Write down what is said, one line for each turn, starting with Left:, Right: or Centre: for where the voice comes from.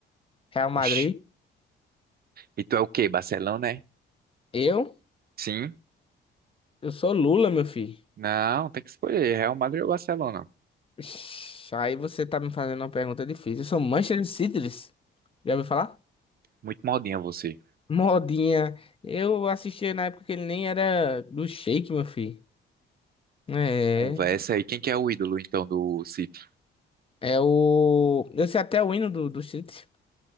Left: Real Madrid?
Right: Oxi. E tu é o quê? Barcelona, né?
Left: Eu?
Right: Sim.
Left: Eu sou Lula, meu filho.
Right: Não, tem que escolher. Real Madrid ou Barcelona?
Left: Ixi, Aí você tá me fazendo uma pergunta difícil. Eu sou Manchester City, Já ouviu falar?
Right: Muito modinha você.
Left: Modinha. Eu assisti na época que ele nem era do Shake, meu filho. É.
Right: Conversa aí. Quem que é o ídolo, então, do City?
Left: É o. Eu sei até o hino do, do City.